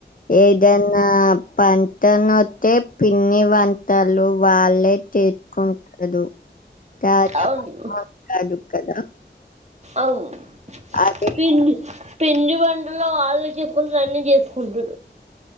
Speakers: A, on the left; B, on the right.
A: ఏదన్నా ఫంక్షన్ వస్తే పిండి వంటలు వాళ్లే చేసుకుంటారు <unintelligible>
B: అవును
A: కదా
B: అవును
A: అదే
B: పిండి పిండి వంటలు వాళ్లే చేసుకుంటరు అన్నీ చేసుకుంటరు